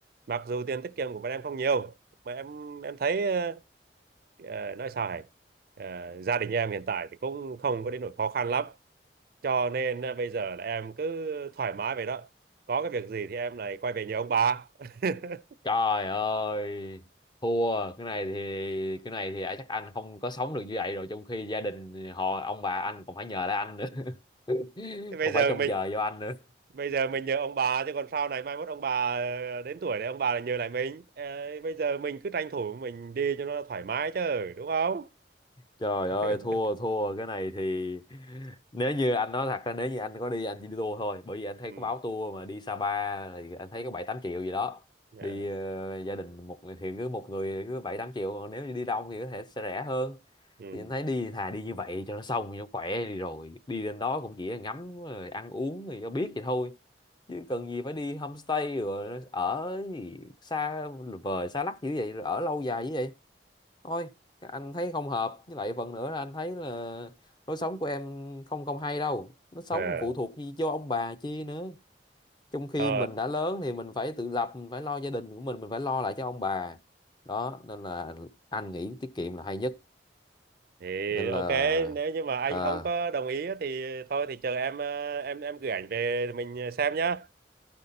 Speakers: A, on the right; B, on the left.
A: mặc dù tiền tiết kiệm của bọn em không nhiều mà em em thấy ờ, Ờ, nói sao hả? Ờ, gia đình em hiện tại thì cũng không có đến nỗi khó khăn lắm. Cho nên à, bây giờ là em cứ thoải mái vậy đó. Có cái việc gì thì em lại quay về nhờ ông bà. <laughs>
B: trời ơi thua cái này thì cái này thì à, chắc anh không có sống được như vậy rồi trong khi gia đình họ ông bà anh còn phải nhờ lại anh nữa <laughs>
A: Thế bây
B: còn
A: giờ
B: phải trông
A: mình
B: chờ vô anh nữa
A: bây giờ mình nhờ ông bà chứ còn sau này mai mốt ông bà ờ, đến tuổi này ông bà lại nhờ lại mình. Ờ, bây giờ mình cứ tranh thủ mình đi cho nó thoải mái chứ, đúng không?
B: Trời
A: <laughs>
B: ơi thua thua cái này thì nếu như anh nói thật ra nếu như anh có đi anh chỉ đi tour thôi bởi vì anh thấy
A: Ừ.
B: có báo tour mà đi Sapa thì anh thấy có bảy tám triệu gì đó
A: Ờ,
B: đi ờ, gia đình một người thì cứ một người cứ bảy tám triệu còn nếu như đi đông thì có thể sẽ rẻ hơn
A: Ừ.
B: thì anh thấy đi thà đi như vậy cho nó xong cho nó khỏe đi rồi đi lên đó cũng chỉ là ngắm rồi ăn uống thì cho biết vậy thôi chứ cần gì phải đi homestay rồi ở gì xa vời xa lắc dữ vậy rồi ở lâu dài dữ vậy thôi anh thấy không hợp với lại phần nữa là anh thấy là lối sống của em không không hay đâu nó sống
A: Ờ.
B: phụ thuộc gì cho ông bà chi nữa trong khi
A: Ờ,
B: mình đã lớn thì mình phải tự lập mình phải lo gia đình của mình mình phải lo lại cho ông bà đó nên là anh nghĩ tiết kiệm là hay nhất
A: thì
B: nên
A: ok
B: là
A: nếu như mà anh
B: ờ,
A: không có đồng ý á thì thôi thì chờ em ờ, em em gửi ảnh về rồi mình ờ, xem nhá